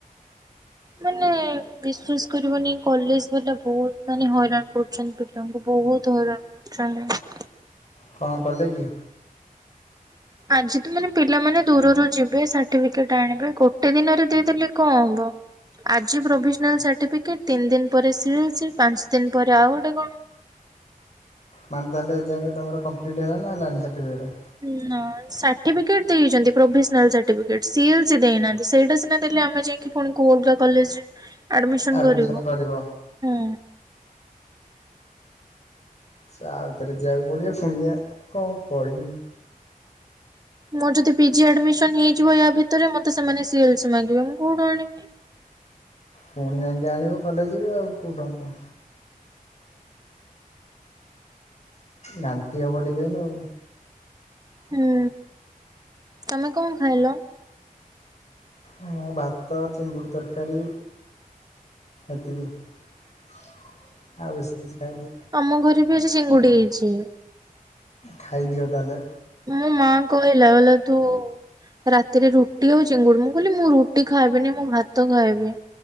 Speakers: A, on the right (about 25°); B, on the left (about 50°).
A: ମାନେ ବିଶ୍ଵାସ କରିବନି କଲେଜ ବାଲା ବହୁତ ମାନେ ହଇରାଣ କରୁଛନ୍ତି ପି ତାଙ୍କୁ ବହୁତ ହଇରାଣ କରୁଛନ୍ତି।
B: କଁ କଲେ କି?
A: ଆଜି ତ ମାନେ ପିଲାମାନେ ଦୂରରୁ ଯିବେ ସାର୍ଟିଫିକେଟ ଆଣିବେ ଗୋଟେ ଦିନରେ ଦେଇଦେଲେ କଁ ହବ? ଆଜି ପ୍ରୋଭିସନାଲ ସାର୍ଟିଫିକେଟ ତିନି ଦିନ ପରେ ସି ଏଲ୍ ସି ପାଞ୍ଚ ଦିନ ପରେ ଆଉ ଗୋଟେ କଣ।
B: ମାନେ ତାହେଲେ ଏ ଯାଁକେ ତମର କପ୍ଲିଟ୍ ହେଲାନା ହେଲାନି ସାର୍ଟିଫିକେଟ୍?
A: ହୁଁ ନା। ସାର୍ଟିଫିକେଟ ଦେଇଛନ୍ତି provisional certificate. C L C ଦେଇନାହାନ୍ତି। ସେଇଟା ସିନା ଦେଲେ ଆମେ ଯାଇ କି ପୁଣି କୋଉ ଅଲଗା କଲେଜରେ ଆଡ଼ମିଶନ
B: ଆଡ଼ମିସନ୍
A: କରିବୁ।
B: କରିବ?
A: ହୁଁ।
B: ଯା ଆଉ ଥରେ ଯିଆକୁ ପଡ଼ିବ। ଫୁଣି ଯା କଁ କହିବୁ
A: ମୋର ଯଦି ପିଜି ଆଡ଼ମିଶନ ହେଇଯିବ ୟା ଭିତରେ ମତେ ସେମାନେ ସିଏଲସି ମାଗିବେ ମୁଁ କୋଉଠୁ ଆଣିବି?
B: ପୁଣି ଯାଇକି ଆଣିବ କଲେଜରୁ ଆଉ କେଉଁଠୁ ଆଣିବ। ନାଣ୍ଟି ହବ ଟିକେ ଏଇନୁ ଆଉ।
A: ହୁଁ। ତମେ କଁ ଖାଇଲ?
B: ମୁଁ ଭାତ ଚିଙ୍ଗୁଡ଼ି ତରକାରୀ ଏତିକି ଆଉ ବେଶୀ କିଛି ଖାଇନି।
A: ଆମ ଘରେ ବି ଆଜି ଚିଙ୍ଗୁଡ଼ି ହେଇଛି।
B: ଖାଇଦିଅ ତାଲେ।
A: ମୋ ମା କହିଲା କଲା ତୁ ରାତିରେ ରୁଟି ଆଉ ଚିଙ୍ଗୁଡି ମୁଁ କହିଲି ମୁଁ ରୁଟି ଖାଇବିନି ମୁଁ ଭାତ ଖାଇବି।